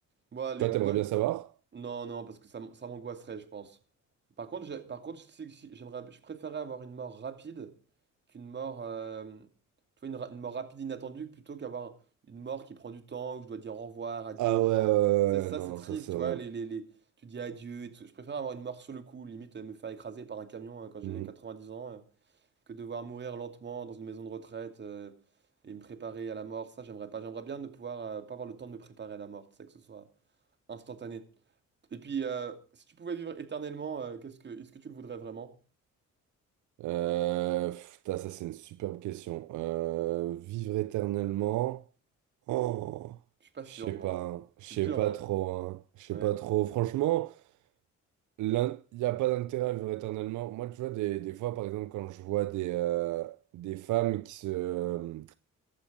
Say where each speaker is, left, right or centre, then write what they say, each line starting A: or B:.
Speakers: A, on the right; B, on the right.
A: moi les
B: Toi,
A: moi
B: t'aimerais bien savoir?
A: Non, non, parce que ça, m- ça m'angoisserait, je pense. Par contre, j'ai- par contre, je sais que si- j'aimerais, je préférerais avoir une mort rapide qu'une mort, euh, tu vois, une, ra- une mort rapide inattendue plutôt qu'avoir une mort qui prend du temps où je dois dire au revoir, adieu
B: Ah
A: aux gens.
B: ouais, ouais, ouais,
A: Tu sais, ça,
B: ouais, non,
A: c'est triste,
B: ça c'est vrai.
A: tu vois. Les, les, les- tu dis adieu et tout. Je préfère avoir une mort sur le coup, limite euh, me faire écraser par un camion euh, quand j'ai
B: Hmm.
A: 90 ans, euh, que devoir mourir lentement dans une maison de retraite euh, et me préparer à la mort. Ça, j'aimerais pas. J'aimerais bien ne pouvoir euh, pas avoir le temps de me préparer à la mort, tu sais, que ce soit instantané. Et puis, euh, si tu pouvais vivre éternellement, euh, qu'est-ce que, est-ce que tu le voudrais vraiment?
B: Euh, pff, putain, ça c'est une superbe question. Euh, vivre éternellement. Oh,
A: Je suis pas
B: je
A: sûr,
B: sais
A: moi.
B: pas, hein.
A: C'est
B: Je sais
A: dur,
B: pas
A: hein?
B: trop, hein. Je sais
A: Ouais.
B: pas trop. Franchement, il n'y a pas d'intérêt à vivre éternellement. Moi, tu vois, des, des fois, par exemple, quand je vois des, euh, des femmes qui se... euh,